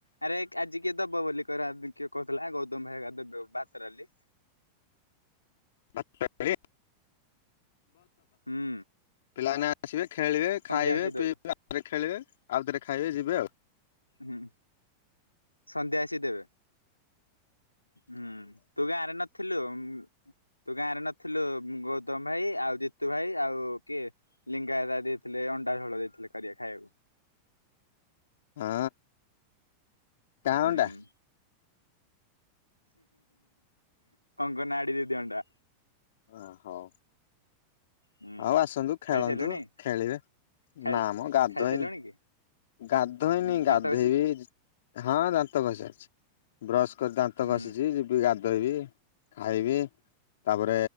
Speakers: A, on the left (about 80°); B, on the left (about 60°).
A: ଆରେ ଆଜି କିଏ ଦବ ବୋଲି କଇଲା କିଏ କହୁଥିଲା ଗୌତମ ଭାଇ ଘରିକା ଦେବେ ଭାତ, ଡାଲି
B: <unintelligible> <unintelligible>
A: ହୁଁ
B: ପିଲାମାନେ ଆସିବେ ଖେଳିବେ,
A: ସନ୍ଧ୍ୟା
B: ଖାଇବେ,
A: ଆସିକି ଦେବେ।
B: ପିଇବେ <unintelligible> ଖେଳିବେ ଆଉଥରେ ଖାଇବେ ଯିବେ ଆଉ।
A: ହୁଁ ସନ୍ଧ୍ୟା ଆସି ଦେବେ। ହୁଁ ତୁ ବି ଆରେ ନା ଥିଲୁ ତୁ ଗାଁରେ ନଥିଲୁ ଗୌତମ ଭାଇ ଆଉ ଜିତୁ ଭାଇ ଆଉ କିଏ ଲିଙ୍ଗାଦାଦା ଦେଇଥିଲେ ଅଣ୍ଡା ଝୋଳ ଦେଇଥିଲେ କରିଆ ଖାୟାକୁ।
B: ହଁ। କାଉଣ୍ଟା
A: ହୁଁ। ଅଙ୍ଗନ ଆଡି ଦିଦି ଅଣ୍ଡା।
B: ଓ ହଉ।
A: ହୁଁ
B: ଆଉ ଆସନ୍ତୁ ଖେଳନ୍ତୁ
A: ଖାଇସାରିଲୁଣି?
B: ଖେଳିବେ
A: ଖାଇ
B: ନାମ ଗାଧୋଇନି।
A: ଖାଇସାରିଲୁଣି କି?
B: ଗାଧୋଇନି
A: ହୁଁ ଦାନ୍ତ
B: ଗାଧୋଇବି।
A: ଘଷି
B: ହଁ ଦାନ୍ତ ଘଷି ସାରିଛି। ବ୍ରସ କ ଦାନ୍ତ
A: ହୁଁ
B: ଘସିିଛି ଯିବି ଗ ଦେବି ଖାଇବି, ତାପରେ